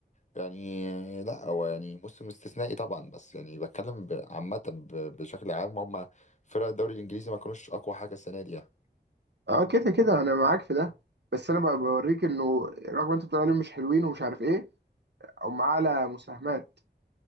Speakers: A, on the left (about 40°); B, on the right (about 75°).
A: يعني لا هو يعني موسم استثنائي طبعا بس يعني بتكلم ب- عامة ب- بشكل عام هم فرق الدوري الإنجليزي ما كانوش أقوى حاجة السنة دي يعني.
B: اه كده كده انا معاك في ده بس انا بقى بوريك انه رغم انت بتقول عليهم مش حلوين ومش عارف ايه هم اعلى مساهمات